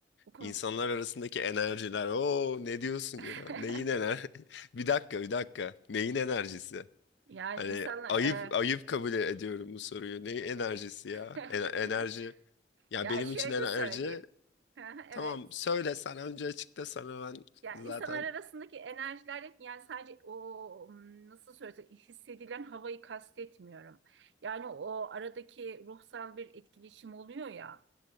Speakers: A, on the right (about 85°); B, on the left (about 80°).
A: Bu konu.
B: İnsanlar arasındaki enerjiler. Oo ne diyorsun
A: <laughs>
B: ya? Neyin ener? <laughs> Bir dakika, bir dakika. Neyin enerjisi?
A: Yani
B: Hani
A: insanlar
B: ayıp
A: e,
B: ayıp kabul ediyorum bu soruyu. Neyin enerjisi ya?
A: <laughs>
B: En- enerji. Ya
A: ya
B: benim
A: şöyle
B: için enerji
A: söyleyeyim. <laughs>
B: tamam
A: Evet.
B: söyle sen önce açıkla sana ben
A: Ya
B: zaten
A: insanlar arasındaki enerjiler yani sadece o hmm, nasıl söylesem hissedilen havayı kastetmiyorum. Yani o aradaki ruhsal bir etkileşim oluyor ya.